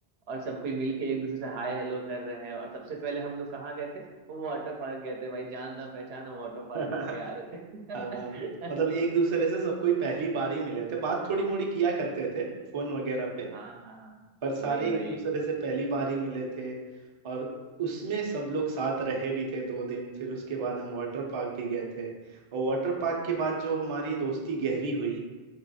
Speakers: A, on the right; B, on the right.
A: और सब कोई मिलके एक दूसरे से हाय हेलो कर रहे हैं और सबसे पहले हम लोग कहाँ गए थे वो वाटर पार्क गए थे भाई जान ना पहचान वाटर पार्क
B: <laughs>
A: घूम के आ रहे थे
B: आ, मतलब एक दूसरे से सबको ही पहली बार ही मिले थे बात थोड़ी मोड़ी किया करते थे फोन वगैरह
A: <laughs>
B: पे
A: हाँ हाँ
B: पर सारे
A: वही वही
B: एक दूसरे से पहली बार ही मिले थे और उसमें सब लोग साथ रहे भी थे दो दिन फिर उसके बाद हम वाटर पार्क भी गए थे और वाटर पार्क के बाद जो हमारी दोस्ती गहरी हुई